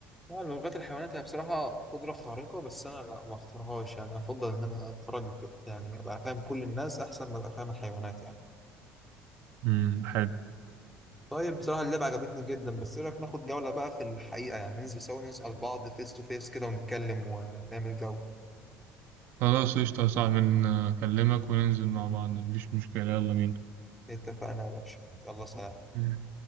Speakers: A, in the centre; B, on the right.
A: لا لغات الحيوانات هي بصراحة قدرة خارقة بس أنا لا ما اختارهاش يعني أفضل إن أنا أتفرج يعني أبقى فاهم كل الناس أحسن ما أبقى فاهم الحيوانات يعني
B: مم. حلو
A: طيب بصراحة اللعبة عجبتني جدا بس ايه رأيك ناخد جولة بقى في الحقيقة يعني ننزل سوا نسأل بعض فيس تو فيس كده ونتكلم ونعمل جو
B: خلاص قشطة يا صاحبي ن- أكلمك وننزل مع بعض مفيش مشكلة يلا بينا
A: اتفقنا يا باشا يلا سلام
B: مم.